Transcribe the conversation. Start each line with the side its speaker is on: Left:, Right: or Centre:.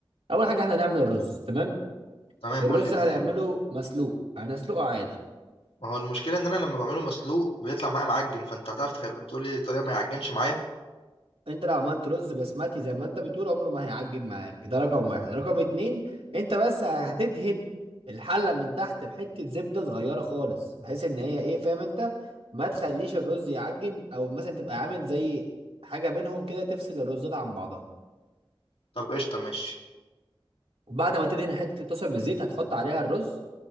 Right: اول حاجه احنا هنعمل الرز تمام
Left: تمام
Right: والرز
Left: قول لي ازاي
Right: هنعمله
Left: الرز
Right: مسلوق هنسلقه عادي
Left: ما هو المشكله ان انا لما بعمله مسلوق بيطلع معايا معجن فانت هتعرف تخ- تقول لي الطريقه ما يعجنش معايا
Right: انت لو عملت رز بسمتي زي ما انت بتقول عمره ما هيعجن معاك ده رقم واحد رقم اتنين انت بس هتدهن الحلة من تحت بحتة زبدة صغيرة خالص بحيث ان هي ايه فاهم انت ما تخليش الرز يعجن او مثلا تبقى عامل زي حاجة بينهم كده تفصل الرزات عن بعضها
Left: طب قشطه ماشي
Right: وبعد ما تدهن حتة الطاسة بالزيت هتحط عليها الرز